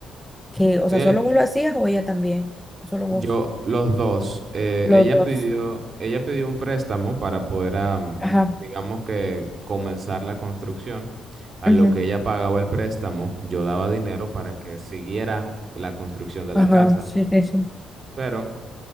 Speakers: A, in the centre; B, on the right.
A: que, o
B: Sí,
A: sea, ¿solo vos lo hacías o ella también? Solo vos.
B: Yo, los dos, eh,
A: Los
B: ella
A: dos.
B: pidió, ella pidió un préstamo para poder, am,
A: Ajá.
B: digamos que, comenzar la construcción. A
A: ujú,
B: lo que ella pagaba el préstamo, yo daba dinero para que siguiera la construcción de
A: Ajá,
B: la casa.
A: sí, sí, sí.
B: Pero